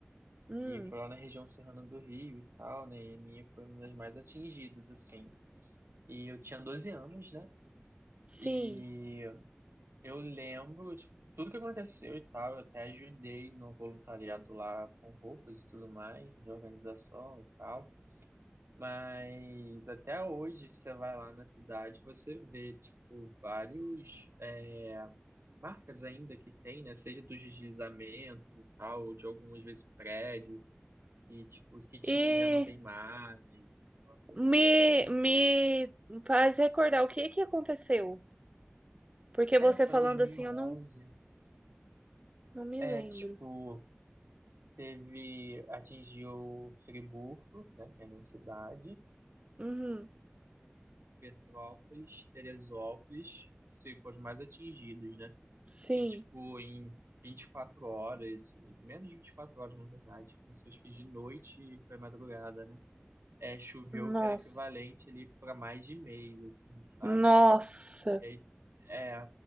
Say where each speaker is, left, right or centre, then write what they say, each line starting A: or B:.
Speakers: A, on the right; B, on the right.
A: Hum,
B: e onze, e foi lá na região serrana do Rio e tal, né? E a minha foi uma das mais atingidas, assim. E eu tinha 12 anos, né?
A: sim.
B: E eu lembro, tipo, tudo que aconteceu e tal. Eu até ajudei no voluntariado lá com roupas e tudo mais, de organização e tal. Mas até hoje, você vai lá na cidade, você vê, tipo, vários é, marcas ainda que tem, né? Seja dos deslizamentos e tal, ou de algumas vezes prédio, que, tipo, que
A: E
B: tinha e já não tem mais, aquela coisa
A: Me,
B: toda, né?
A: me faz recordar o que que aconteceu. Porque você
B: É, foi
A: falando
B: em dois mil
A: assim,
B: e onze
A: eu não, não me
B: É,
A: lembro.
B: tipo, teve, atingiu Friburgo, né, que é a minha cidade,
A: Uhum,
B: Petrópolis, Teresópolis, que se foram os mais atingidos, né?
A: sim.
B: que, tipo, em 24 horas, menos de 24 horas, na verdade, começou acho que de noite e foi madrugada, né? É, choveu
A: Nossa.
B: que era equivalente ali para mais de mês, assim, sabe?
A: Nossa.
B: E aí, é,